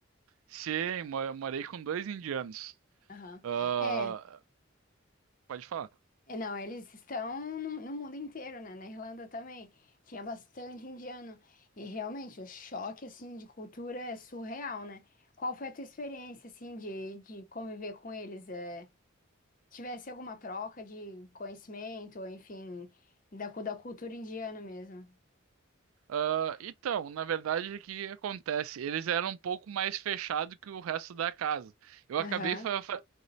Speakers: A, on the right (about 85°); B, on the left (about 40°).
A: Sim, mo- eu morei com dois indianos.
B: Aham.
A: Ah,
B: É,
A: pode falar.
B: é, não, eles estão no, no mundo inteiro, né? Na Irlanda também. Tinha bastante indiano. E realmente, o choque, assim, de cultura é surreal, né? Qual foi a tua experiência, assim, de, de conviver com eles? É, tivesse alguma troca de conhecimento, enfim, da, cu- da cultura indiana mesmo?
A: Ah, então, na verdade, o que acontece? Eles eram um pouco mais fechados que o resto da casa. Eu
B: Aham.
A: acabei fa- fa-